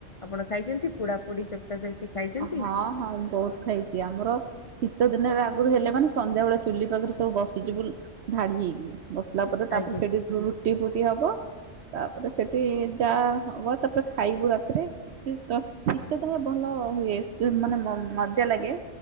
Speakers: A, on the left; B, on the right.
A: ଆପଣ ଖାଇଛନ୍ତି ପୋଡା ପୋଡି ଚକଟା ଚକଟି ଖାଇଛନ୍ତି।
B: ହଁ ହଁ ମୁଁ ବହୁତ ଖାଇଛି ଆମର ଶୀତ ଦିନରେ ଆଗରୁ ହେଲେ ମାନେ ସନ୍ଧ୍ୟାବେଳେ ଚୁଲି ପାଖରେ ସବୁ ବସିଯିବୁ ଧାଡି ହେଇକି ବସିଲା ପରେ ତାପରେ
A: ଆଜ୍ଞା
B: ସେଠି ରୁଟି ଫୁଟି ହବ ତାପରେ ସେଠି ଯା ହବ ତାପରେ ଖାଇବୁ ରାତିରେ। ବେଶ ଶୀତ ଦିନରେ ଭଲ ହୁଏ ମାନେ ମଜା ଲାଗେ